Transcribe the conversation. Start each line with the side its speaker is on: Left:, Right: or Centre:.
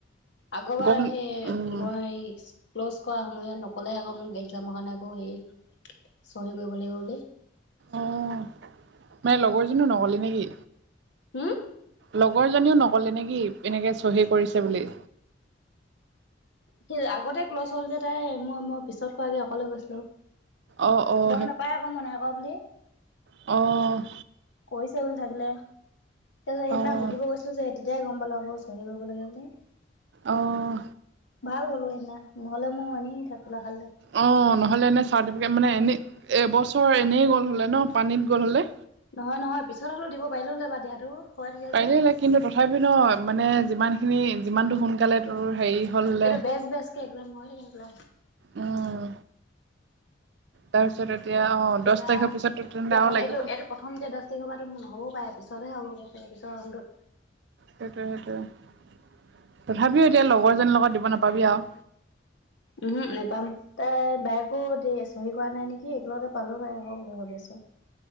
Left: আগৰবাৰ
Right: গম
Left: সেই
Right: উম
Left: ব ক্ল'জ কৰা সময়ত নক'লে আকৌ মোক এক্সামৰ কাৰণে আকৌ হেৰি চহী কৰিব লাগিব বুলি।
Right: অ', মানে লগৰজনীয়ো নকলে নেকি?
Left: উম।
Right: লগৰজনীও নকলে নেকি এনেকে চহী কৰিছে বুলি?
Left: সেই আগতে ক্লছ হ'ল যে তাই, মই-মই পিছত কোৱাগে অকলে গৈছিলো।
Right: অঁ অঁ
Left: গম নাপায় আকৌ মই নাই কোৱা বুলি।
Right: অ'।
Left: কৰিছে বুলি থাকিলে, <unintelligible> সেইদিনা
Right: অঁ
Left: সুধিব গৈছিলো যে তেতিয়াই গম পালো আকৌ চহী কৰিব লাগে বুলি,
Right: অঁ
Left: ভাল গ'লো সেইদিনা। নহ'লে মই এনেই। <unintelligible>
Right: অ', নহ'লে এনেই চাৰ্টিফিকেট মানে এনেই এবছৰ এনেই গ'ল হ'লে নহ, পানীত গ'ল হ'লে।
Left: নহয়, নহয়, পিছত হলেও দিব পাৰিল হলে বা দিয়াটো। হৈ থাকে
Right: পাৰিলে
Left: যে
Right: কিন্তু, তথাপি নহ মানে যিমান খিনি যিমানটো সোনকালে তোৰ হেৰি হ'ল হ'লে
Left: এইটো বেছ বেছ কে। <unintelligible>
Right: উম তাৰপিছত এতিয়া অ,
Left: এতিয়া
Right: দচ তাৰিখৰ পিছতো
Left: এতিয়া
Right: <unintelligible> লাগিব।
Left: এইটো এইটো প্ৰথম দহ তাৰিখৰ পৰাতো নহ'ব পাৰে, পিছতহে হবগে <unintelligible> পিছটো-'
Right: সেইটোৱে, সেইটোৱে তথাপিও এতিয়া লগৰজনীৰ লগত দিব নাপাবি আৰু।
Left: উমহ্ক নেপাম। তাই বায়েকো দিয়ে চহী কৰা নাই নেকি, একেলগতে পালো বাইক ভাবি আছ